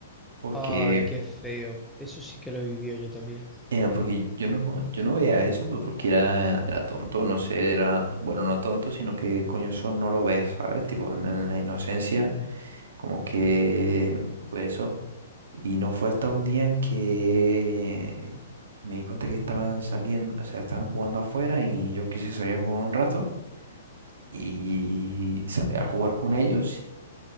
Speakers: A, on the right (about 70°); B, in the centre.
A: porque...
B: Ay, qué feo. Eso sí que lo he vivido yo también.
A: eh, porque yo no, yo no veía eso pues, porque era, era tonto, no sé, era, bueno, no tonto, sino que coño, eso no lo ves, ¿sabes? Tipo, en en la inocencia Como que, pues eso. Y no fue hasta un día en que me di cuenta que estaban saliendo, o sea, estaban jugando afuera y yo quise salir a jugar un rato y salí a jugar con ellos.